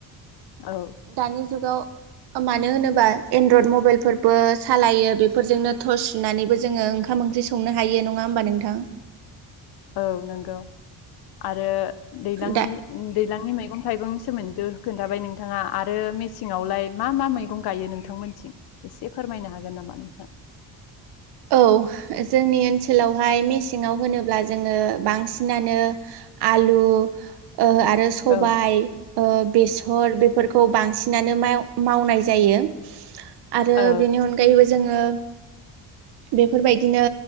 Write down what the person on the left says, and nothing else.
औ
औ नंगौ आरो। दैलांनि
दैज्लांनि मैगं थाइगंनि सोमोन्दै खोन्थाबाय नोंथाङा आरो मेसेंआवलाय मा मा मैगं गायो। नोंथांमोनथिं एसे फोरमायनो हागोन नामा नोंथां?
औ
औ